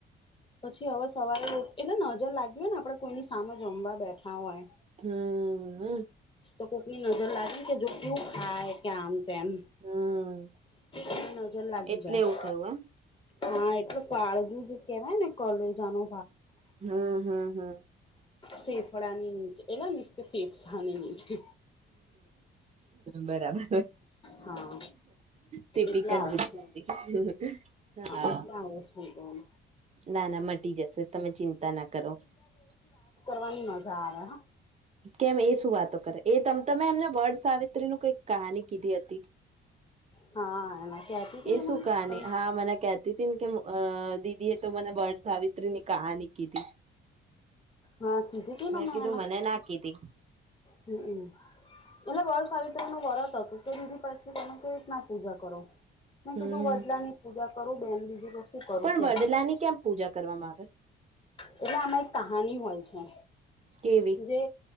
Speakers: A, on the left; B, on the right.
A: પછી હવે સવારે એટલે નજર લાગ્યું હોય ને આપડે કોઈની સામે જમવા બેઠા હોય
B: હમ
A: તો કોકની નજર લાગે ને કે જો કેવું ખાય કે આમ તેમ
B: હમ
A: ત નજર લાગી
B: એટલે
A: જાય
B: એવું થયું
A: હા એટલે કાળજું જે કેવાય ને કોલેજાનુ
B: હમ હમ હમ
A: ફેફડાની નીચે એટલે મીન્સ કે ફેફસાની નીચે
B: બરાબર
A: હા
B: તે
A: એટલે
B: પીકલ
A: આવું
B: <unintelligible>
A: છે
B: હા.
A: એટલે આવું થઈ ગયું
B: નાના મટી જશે તમે ચિંતા ના કરો
A: ખાવાની મજા આવે હ
B: કેમ એ શું વાતો કરે એ તમ તમે એમને વડસાવિત્રી ન કઈક કહાની કીધી હતી. <inaudible>
A: હા એને કહેતી હતી
B: એ શું
A: મને
B: કહાની
A: તમે
B: હા મને કેતી હતી ને કે અ એ તો મને વડસાવિત્રીની કાહાની કીધી
A: હા કીધી કે મને
B: મેં કીધું
A: એને
B: ના કીધી
A: હમ એટલે વડસાવિત્રીનું વરત હતું કે દીદી પછી તમે કેવી રીતના પૂજા કરો મે
B: હમ
A: કીધું વડલાની પૂજા કરું બેન બીજું તો શું કરું
B: પણ
A: ત્યાં
B: વડલાની કેમ પૂજા કરવામાં આવે
A: એટલે આમાં એક કહાની હોય છે,
B: કેવી
A: જે